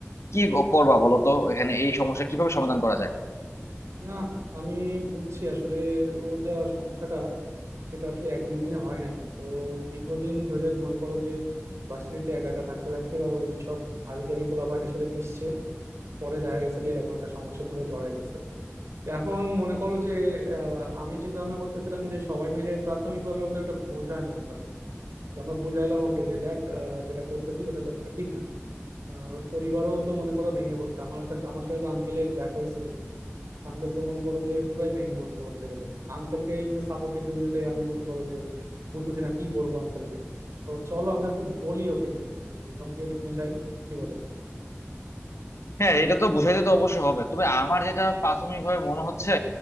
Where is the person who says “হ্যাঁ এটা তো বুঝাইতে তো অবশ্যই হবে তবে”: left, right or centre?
Left